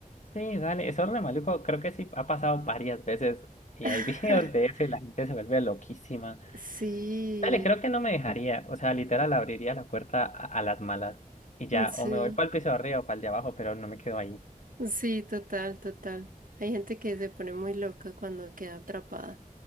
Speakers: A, on the left; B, on the right.
A: Sí, dale, eso re maluco, creo que sí ha pasado varias veces y
B: <laughs>
A: hay <laughs> videos de eso y la gente se vuelve loquísima.
B: Sí,
A: Dale, creo que no me dejaría, o sea, literal abriría la puerta a, a las malas y ya,
B: sí.
A: o me voy para el piso de arriba o para el de abajo, pero no me quedo ahí.
B: Sí, total, total. Hay gente que se pone muy loca cuando queda atrapada.